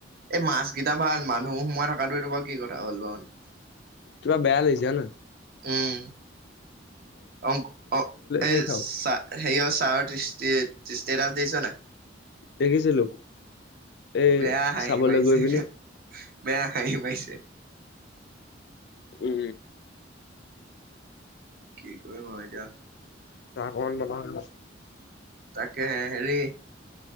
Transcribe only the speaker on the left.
তোমাৰ বেয়া লাগিচে হয়নাই।
শেষ আও
দেখিছিলো। এই
চাবলৈ
গৈ পিনি
উম।
চাগল বন।